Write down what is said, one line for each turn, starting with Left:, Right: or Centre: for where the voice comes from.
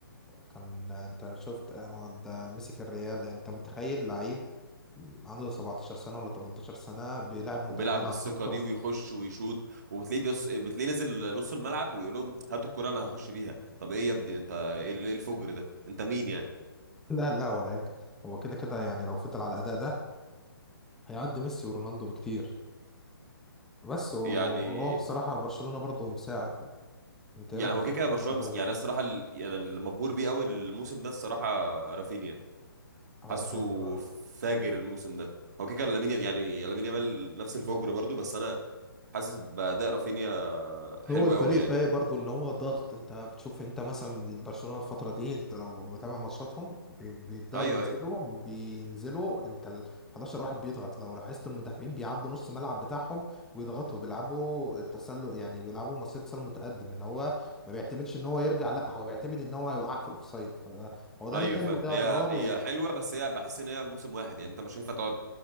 Centre: كان انت شفت آه، ده مسك الريال يعني انت متخيل لعيب عنده 17 سنه ولا 18 سنه بيلعب مدافعين
Right: وبيلعب بالثقة
Centre: عندهم خبره
Right: دي ويخش ويشوط وبتلاقيه بيص... بتلاقيه نزل نص الملعب ويقول لهم هاتوا الكرة انا هخش بيها طب ايه يا ابني انت ايه إيه الفجر ده انت مين يعني
Centre: لا لا هو لعيب ج- هو كده كده يعني لو فضل على الاداء ده هيعدي ميسي ورونالدو بكتير بس وهو
Right: يعني
Centre: بصراحة برشلونة برضه مساعد انت
Right: يعني
Centre: ايه رايك
Right: هو
Centre: في
Right: كده كده
Centre: برشلونة
Right: برشلونة
Centre: الفترة
Right: مس- يعني
Centre: دي؟
Right: أنا الصراحة ال- يعني اللي مبهور بيه قوي الموسم ده الصراحة رافينيا
Centre: رافينيا
Right: حاسه
Centre: برضه
Right: فاجر الموسم ده هو كده كده لامين يعني لامين يامال نفس الفجر برضو بس انا حاسس بأداء رافينيا حلو
Centre: هو الفريق
Right: قوي يعني
Centre: فايق برضه ان هو ضغط انت بتشوف انت مثلا برشلونة الفترة دي انت لو متابع ماتشاتهم بي- بيبدأوا
Right: ايوه
Centre: ينزلوا
Right: ايوه
Centre: بينزلوا انت ال 11 واحد بيضغط لو لاحظت المدافعين بيعدوا نص الملعب بتاعهم ويضغطوا بيلعبوا التسلل يعني بيلعبوا مصيدة تسلل متقدم ان هو ما بيعتمدش ان هو يرجع لا هو بيعتمد ان هو هيوقعك في الاوفسايد فده هو ده
Right: ايوه
Centre: ليه حلو
Right: فاهم
Centre: وليه
Right: هي
Centre: اضرار
Right: هي حلوه بس هي بحس ان هي موسم واحد يعني انت مش هينفع تقعد